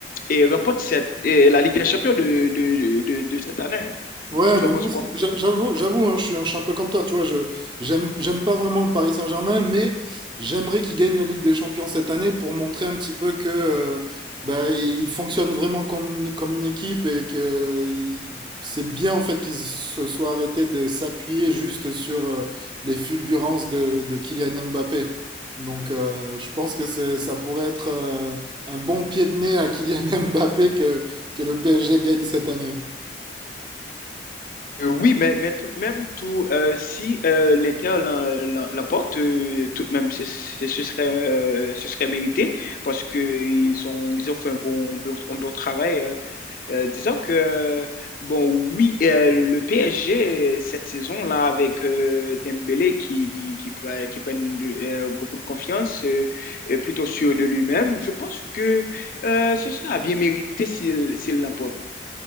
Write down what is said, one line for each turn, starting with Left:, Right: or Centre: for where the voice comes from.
Left: et remporte cette, et la Ligue des Champions de, de, de, de- cette année. hein.
Right: Ouais,
Left: Tu
Right: ben
Left: vois, penses
Right: moi
Left: quoi?
Right: aussi, j'a- j'avoue, j'avoue, hein, je suis, un je suis un peu comme toi, tu vois, je j'aime, j'aime pas vraiment le Paris Saint-Germain, mais j'aimerais qu'ils gagnent la Ligue des Champions cette année pour montrer un petit peu que euh, ben, ils fonctionnent vraiment comme, une- comme une équipe et que euh, ils- c'est bien en fait qu'ils se soient arrêtés de s'appuyer juste sur euh, les fulgurances de, de Kylian Mbappé. Donc euh, je pense que c'est- ça pourrait être euh, un bon pied de nez à Kylian <laughs> Mbappé que, que le PSG gagne cette année.
Left: Euh, oui, mais, mais tout de même, tout, euh, si euh, l'Inter l'em- l'em- l'emporte, euh, tout de même, c'est, c'est- ce serait, euh, ce serait mérité parce qu'ils ont, ils ont fait un bon, un bon travail Euh, disons que, bon, oui, euh, le PSG, euh, cette saison-là, avec euh, Dembélé qui, qui, pre- qui prennent de- euh, beaucoup de confiance, euh, est plutôt sûr de lui-même, je pense que euh, ce sera bien mérité s'il s'il l'emporte.